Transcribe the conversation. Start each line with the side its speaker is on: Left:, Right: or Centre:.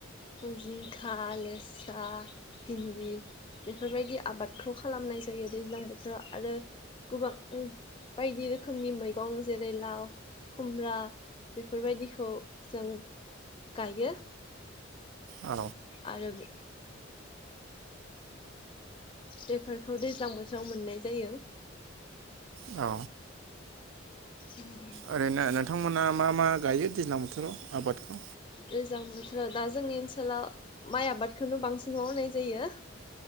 Left: जिंखा लेस्रा भिन्दि बेफोरबायदि आबादखौ खालामनाय जायो दैज्लां बोथोराव आरो गोबां बायदि रोखोमनि मैगं जेरै लाव खुमब्रा बेफोरबायदिखौ जों गायो
Right: औ
Left: आरो <inaudible> बेफोरखौ दैज्लां बोथोराव मोननाय जायो।
Right: औ
Left: अ
Right: ओरैनो नोंथांमोना मा मा गायो दैज्लां बोथोराव आबादखौ
Left: दैज्लां बोथोर आरो दा जोंनि ओनसोलाव माइ आबादखौनो बांसिननाय मावनाय जायो।